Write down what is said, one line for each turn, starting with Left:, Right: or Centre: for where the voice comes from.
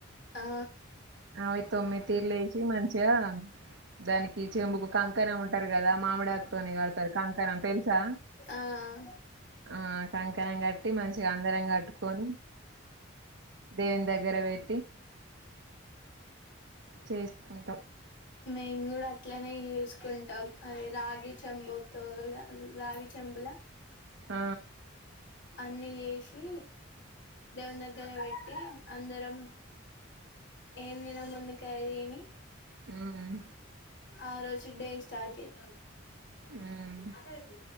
Left: ఆ
Right: అవి తొమ్మిది తీర్లు ఏసి మంచిగా దానికి చెంబుకు కంకణం అంటారు కదా మామిడిఆకు తొని కడుతారు కంకణం తెలుసా
Left: ఆ
Right: ఆ కంకణం మే మంచిగా అందరం కట్టుకొని దేవుని దగ్గర పెట్ చేసుకుంటాం
Left: మిము కూడా అట్లే ఎసుకుంటాం అ రాగి చెంబుతో రాగి చెంబులా
Right: ఆ
Left: అన్ని చేసి దేవుని దగ్గర పెట్టి అందరం ఏం తిన ముందుకు అయా ఏమి
Right: ఉమ్
Left: ఆ రోజు డే స్టార్ట్ చేద్దాం
Right: ఉమ్
Left: అదే